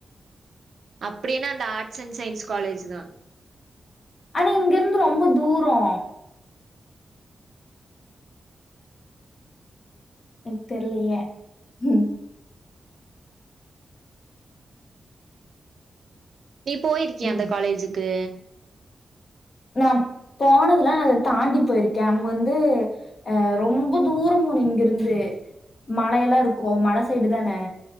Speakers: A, on the right; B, on the left.
A: அப்டின்னா அந்த ஆர்ட்ஸ் அண்ட் சயின்ஸ் காலேஜ் தா
B: ஆனா இங்கிருந்து ரொம்ப தூரோ என்க் தெர்லயே ம்
A: நீ போயிருக்கியா
B: ம்
A: அந்த காலேஜ்ஜிக்கு
B: நா போனதுல்ல அத தாண்டி போயிருக்கே அங்க வந்து அ ரொம்ப தூரம் போணும் இங்கிருந்து மலையெல்லாம் இருக்கும் மல சைடு தான